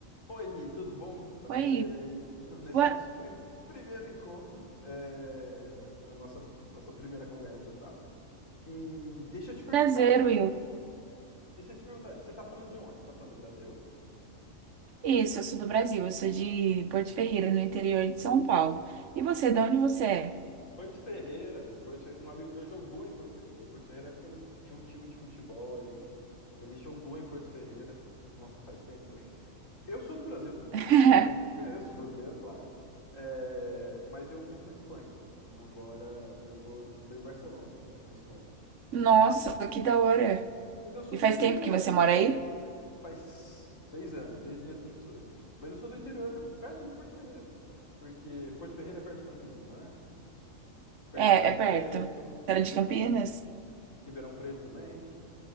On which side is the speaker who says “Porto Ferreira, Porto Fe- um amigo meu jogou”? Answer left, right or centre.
Left